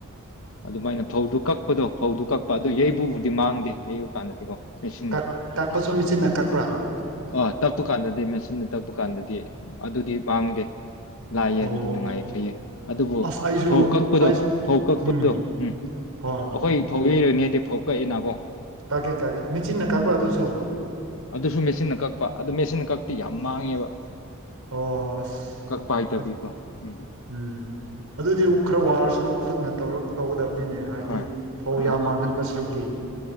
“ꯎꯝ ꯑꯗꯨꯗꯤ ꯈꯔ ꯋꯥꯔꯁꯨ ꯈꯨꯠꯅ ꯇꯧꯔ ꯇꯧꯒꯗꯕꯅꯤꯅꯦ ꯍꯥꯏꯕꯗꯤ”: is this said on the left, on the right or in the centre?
Right